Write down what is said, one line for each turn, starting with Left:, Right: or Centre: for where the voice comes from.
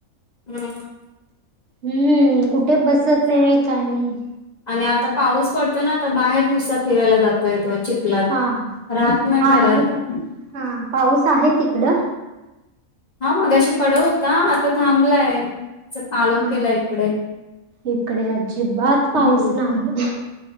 Left: हा.
Right: हम्म, कुठे बसत नाही काय नाही.
Left: आणि आता पाऊस पडतो ना, बाहेर नुसता फिरायला जातोय तो चिख लात
Right: हा
Left: राहत नाही
Right: हा
Left: घरात.
Right: आहे का हा, पाऊस आहे तिकडं?
Left: हा, मगाशी पडत होता आता थांबलाय. असं, काळोख
Right: हा
Left: केलाय इकडे
Right: इकडे अजिबात पाऊस
Left: हम्म.
Right: नाही